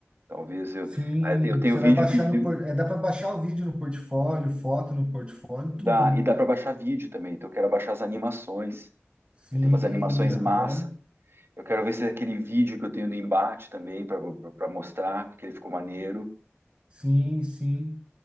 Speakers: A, on the right; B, on the right.
A: Talvez eu.
B: Sim,
A: Aí Eu tenho eu tenho
B: você
A: vídeo
B: vai baixar
A: de, de-
B: no por... é, dá para baixar o vídeo no portfólio, foto no portfólio,
A: Dá,
B: tudo, né?
A: e dá para baixar vídeo também. Então eu quero baixar as animações.
B: Sim,
A: Eu tenho umas animações
B: aham.
A: massa. Eu quero ver se é aquele vídeo que eu tenho do embate também para mostrar que ele ficou maneiro.
B: Sim, sim.